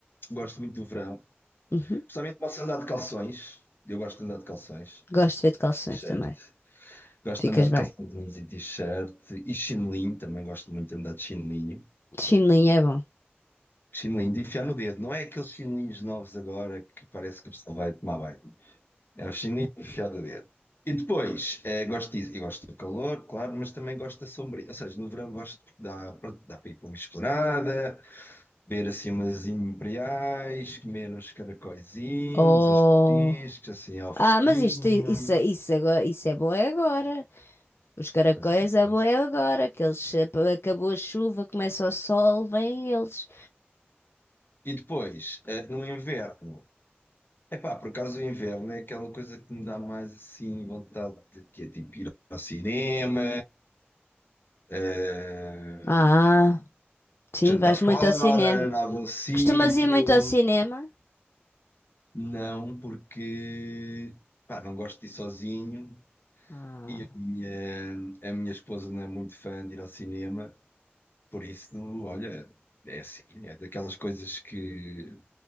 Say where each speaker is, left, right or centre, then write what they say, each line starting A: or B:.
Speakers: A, on the left; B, on the left.
A: gosto muito do verão.
B: Uhum.
A: Principalmente posso andar de calções. Eu gosto de andar de calções.
B: Gosto de ver de calções
A: Certo.
B: também.
A: Gosto
B: Ficas
A: de andar de
B: bem.
A: calções e t-shirt e chinelinho, também gosto muito de andar de chinelinho.
B: De Chinelinho é bom.
A: Chinelinho de enfiar no dedo, não é aqueles chinelinhos novos agora que parece que a pessoa vai tomar banho. É o chinelinho de enfiar no dedo. E depois, eh, gosto disso, eu gosto do calor, claro, mas também gosto da sombra. Ou seja, no verão gosto de dar pronto, dá para ir para uma esplanada, ver assim umas imperiais, comer uns caracóizinhos,
B: Oh.
A: uns petiscos, assim ao fresquinho.
B: Ah, mas isto, isso, isso, agora, isso é bom é agora. Os caracóis
A: Estás a
B: é
A: ver?
B: bom é agora. Que eles, eh, acabou a chuva, começa o sol, vêm eles.
A: E depois, eh, no inverno, Epá, por acaso o inverno é aquela coisa que me dá mais assim vontade de que é tipo ir ao cinema, eh,
B: Ah, sim,
A: jantar
B: vais
A: fora,
B: muito ao cinema.
A: em algum sítio.
B: Costumas ir muito ao cinema?
A: Não, porque pá, não gosto de ir sozinho
B: Ah.
A: e a minha, a minha esposa não é muito fã de ir ao cinema, por isso, olha, é assim, é daquelas coisas que